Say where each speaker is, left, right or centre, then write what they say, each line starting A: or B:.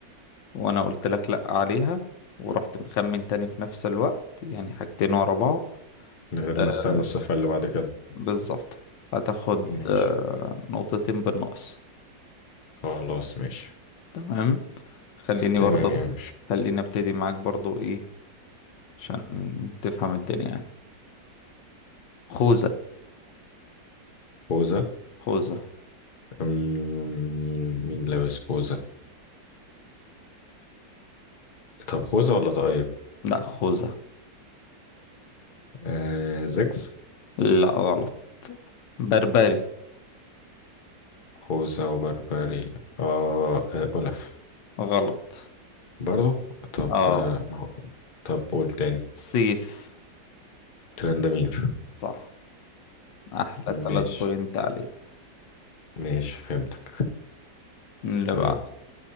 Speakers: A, on the left; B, on the left.
A: وأنا قلت لك لأ عليها ورحت مخمن تاني في نفس الوقت يعني حاجتين ورا بعض
B: من غير
A: آه
B: ما استنى الصفة اللي بعد كده
A: بالظبط هتاخد
B: ماشي
A: آه نقطتين بالنقص
B: خلاص ماشي
A: تمام خليني
B: تمام
A: برضه
B: يا ماشي
A: خليني ابتدي معاك برضه ايه عشان تفهم الدنيا يعني خوذة
B: خوذة
A: خوذة
B: أم، مين مين لابس خوذة طب خوذة ولا طاقية
A: لا خوذة
B: آه زجز
A: لا غلط بربري
B: خوذة وبربري آه, آه أولف
A: غلط
B: برضو طب
A: اه
B: آه، ما هو طب قول تاني
A: سيف
B: ترندمير
A: صح احلى تلات
B: ماشي
A: بوينت عليك
B: ماشي فهمتك
A: اللي
B: طيب
A: بعده